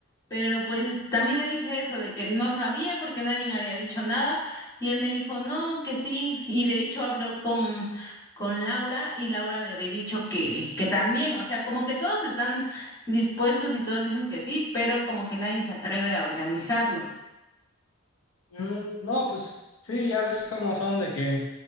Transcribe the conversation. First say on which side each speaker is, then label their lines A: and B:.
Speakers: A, on the left; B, on the left.
A: pero pues también le dije eso de que no sabía porque nadie me había dicho nada y él me dijo no, que sí y de hecho habló con con Laura y Laura le había dicho que que también, o sea, como que todos están dispuestos y todos dicen que sí, pero como que nadie se atreve a organizarlo.
B: Mm, no, pues sí, ya ves cómo son de que